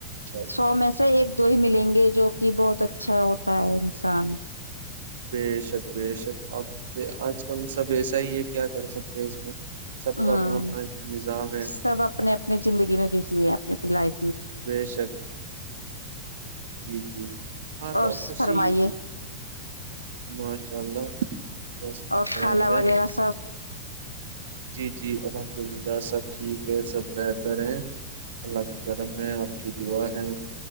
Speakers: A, on the right; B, on the left.
A: اللہ
B: سو میں سے ایک تو ہی ملیں گے جو کہ بہت اچھا ہوتا ہے انسان
A: بے شک بے شک اب آج کل سب ایسا ہی ہے کیا کر سکتے ہیں اس میں سب
B: ہاں
A: کا اپنا اپنا نظام ہے
B: سب اپنی اپنی زندگی میں بھی جی اپنی پلائی
A: بے شک جی جی ہاں تو
B: اور
A: اسی
B: فرمائیے
A: ماشاء اللہ بس
B: اور
A: بہتر
B: کھالا وغیرہ سب
A: جی جی الحمد للہ سب ٹھیک ہے سب بہتر ہیں اللہ کا کرم ہے آپ کی دعا ہے